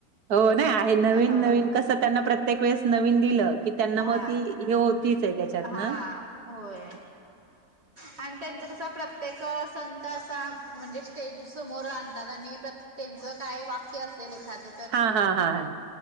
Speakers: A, on the right; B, on the right.
A: हो नाही आहे नवीन
B: ह
A: नवीन कसं त्यांना प्रत्येक वेळेस नवीन दिलं. कि त्यांना
B: हा
A: मग ती हे होतीच आहे त्याच्यात
B: हा
A: ना.
B: होय. आणि त्यांचं कसं प्रत्य प्रत्येक संत असं म्हणजे स्टेजीसमोर आणतात आणि प्रत्यक त्यांचं काय वाक्य असेल एखांद
A: हा हा हां